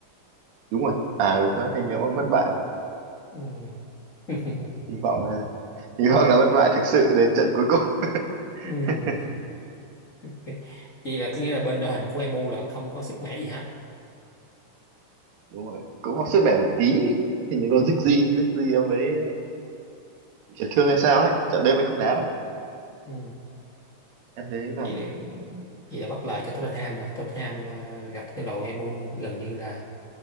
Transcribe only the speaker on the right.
đúng rồi à đúng rồi hình như ông bất bại
hy vọng là hy vọng là bất bại thực sự đến trận cuối cùng
<laughs>
đúng rồi cũng có sức mẻ một tí thì những con
Ziggy Ziggy ông ấy chấn thương hay sao ấy trận đêm ấy không đá đâu
em thấy làm
gì?